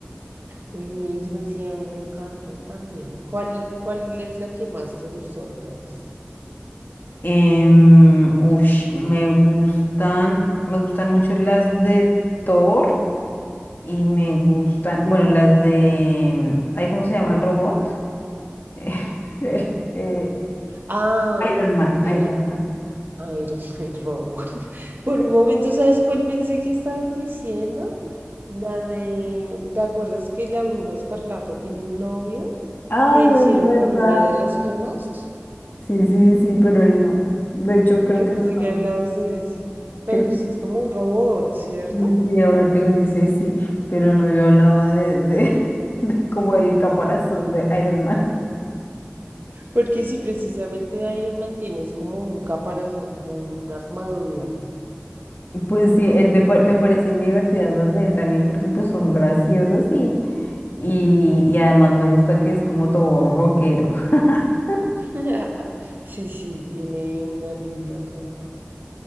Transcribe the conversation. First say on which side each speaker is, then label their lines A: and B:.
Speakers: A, on the right (about 55°); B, on the left (about 60°).
A: buenísimo, sí, a mí me encantan también. ¿Cuál, cuál es la que más te gustó de todas?
B: Em, ush, me gustan, me gustan mucho las de Thor y me gustan, bueno, las de, ay, ¿cómo se llama el robot? <laughs> El, eh,
A: Ah,
B: Iron Man,
A: eh.
B: Iron Man.
A: Iron Man <laughs> Row. <laughs> Por un momento, ¿sabes cuál pensé que estabas diciendo? La de, ¿te acuerdas que la bruja escarlata tiene un novio
B: Ay,
A: que hicieron
B: es verdad.
A: con una de las gemas?
B: Sí, sí, sí, pero él no. De hecho, creo
A: Yo
B: que
A: pensé
B: no.
A: que hablabas de ese. Pero
B: Creo
A: sí es como un robot, ¿cierto?
B: que sí, ahora que lo dices, sí, pero no, yo hablaba de, de, <laughs> de como el caparazón de Iron Man.
A: Porque si precisamente Iron Man tiene es como un caparazón, como una armadura.
B: Pues sí, él me, pa- me parecen divertidas las de él también porque pues son graciosas y, y, y además me gusta que es como todo rockero. <laughs>
A: <laughs> Sí, sí, tiene una vibra toda